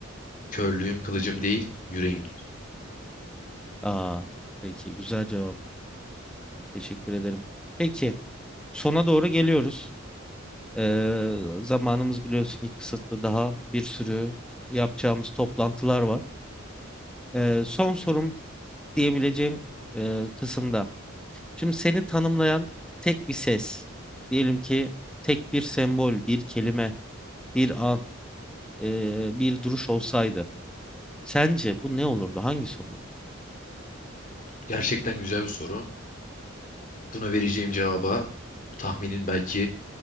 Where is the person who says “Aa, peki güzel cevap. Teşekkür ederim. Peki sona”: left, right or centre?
Centre